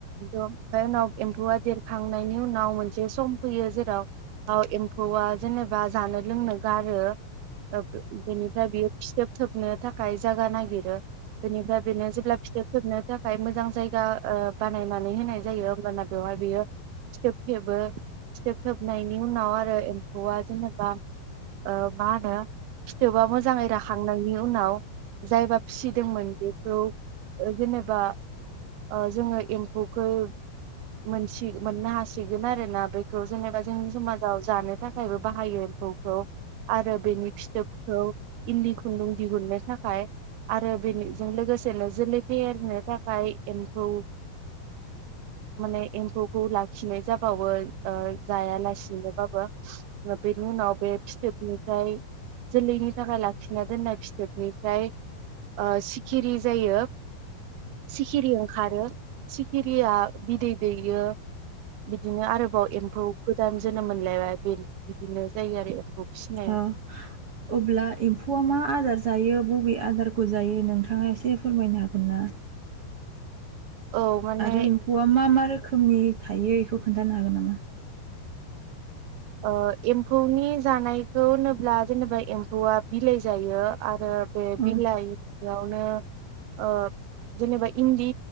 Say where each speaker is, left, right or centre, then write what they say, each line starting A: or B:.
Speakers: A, on the right (about 85°); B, on the right (about 50°).
A: ओमफ्राय उनाव एम्फौआ देरखांनायनि उनाव मोनसे सम फैयो जेराव एम्फौआ जेनेबा जानो लोंनो गारो। ओ बेनिफ्राय बियो फिथोब थोबनो थाखाय जागा नागिरो। बेनिफ्राय बेनो जेब्ला फिथोब थोबनो थाखाय मोजां जायगा ओ बानायनानै होनाय जायो होमबाना बेवहाय बेयो फिथोब थोबो फिथोब थोबनायनि उनाव आरो एम फौआ जेनेबा ओ मा होनो फिथोबा मोजाङै राखांनायनि उनाव जायबा फिसिदोंमोन बेखौ ओ जेनेबा ओ जोङो एम्फौखौ मोनसि मोननो हासिगोन आरोना बे खौ जेनेबा जोंनि समाजाव जानो थाखायबो बाहायो एम्फौखौ। आरो बेनि फिथोबखौ इन्दि खुन्दुं दिहुननो थाखाय आरो बेनिजों लोगोसेनो जोलै फेहेरनो थाखाय एम्फौ माने एम्फौखौ लाखिनाय जाबावो ओ जायालासिनोबाबो बेनि उनाव बे फिथोब नि ओमफ्राय जोलैनि थाखाय लाखिना दोननाय फिथोबनिफ्राय ओ सिखिरि जायो। सिखिरि ओंखारो सिखिरिया बिदै दैयो। बिदिनो आरोबाव एम्फौ गोदान जोनोम मोनलायबाय बिदिनो जायो आरो एम्फौ फिसिनाया
B: ओ अब्ला एम्फौआ मा आदार जायो बबे आदारखौ जायो नोंथाङा एसे फोरमायनो हागोन ना।
A: औ माने
B: आरो एम्फौआ मा मा रोखोमनि थायो बेखौ खोन्थानो हागोन नामा?
A: अ एम्फौनि जानायखौ होनोब्ला जेनेबा एम्फौआ बिलाइ जायो आरो बे
B: औ
A: बिलाय बेयावनो ओ जेनेबा इन्दि